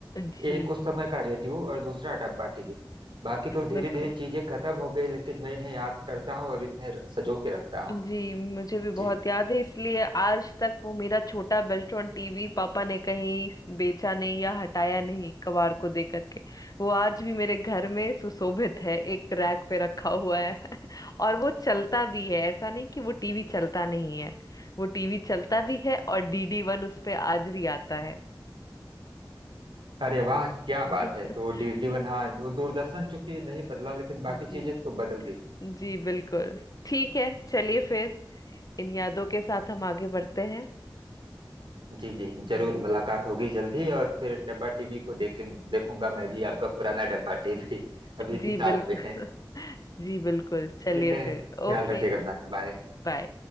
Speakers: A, on the left; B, on the right.
A: जी
B: एक उस समय का रेडियो और दूसरा डब्बा टीवी बाकी तो धीरे
A: बिल्कुल
B: धीरे चीजें खत्म हो गई लेकिन मैं इन्हें याद करता हूँ और इन्हें सजो के रखता हूँ
A: जी मुझे भी
B: जी
A: बहुत याद है इसलिए आज तक वो मेरा छोटा बेल्ट्रॉन टीवी पापा ने कहीं बेचा नहीं या हटाया नहीं कबाड़ को दे करके वो आज भी मेरे घर में सुशोभित है एक रैक पे रखा हुआ है <laughs> और वो चलता भी है ऐसा नहीं कि वो टीवी चलता नहीं है वो टीवी चलता भी है और डीडी वन उस पे आज भी आता है
B: अरे वाह क्या बात
A: <laughs>
B: है तो डीडी वन हाँ वो दूरदर्शन चूंकि नहीं बदला लेकिन बाकी
A: जी
B: चीजें तो बदल गई
A: जी बिल्कुल ठीक है चलिए फिर इन यादों के साथ हम आगे बढ़ते हैं
B: जी जी जरूर
A: जी
B: मुलाकात होगी जल्दी और फिर डब्बा टीवी को देखेंगे देखूंगा मैं भी आपका पुराना डब्बा टीवी <laughs> अभी
A: जी
B: किस साल
A: बिल्कुल
B: में है
A: <laughs> जी बिल्कुल चलिए
B: ठीक है
A: फिर
B: ख्याल
A: ओके
B: रखिएगा अपना बाय
A: बाय